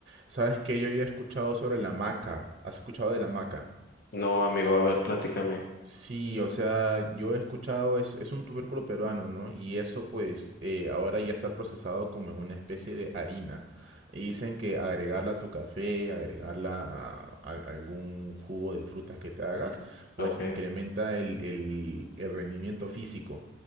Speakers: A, on the right; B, on the left.
A: ¿Sabes qué? Yo había escuchado sobre la maca. ¿Has escuchado de la maca?
B: No, amigo, a ver, platícame.
A: Sí, o sea, yo he escuchado, es, es un tubérculo peruano, ¿no? Y eso pues eh, ahora ya está procesado como en una especie de harina. Y dicen que agregarla a tu café, agregarla a, a- a algún jugo de frutas que te hagas, pues
B: Okay,
A: incrementa el, el el rendimiento físico.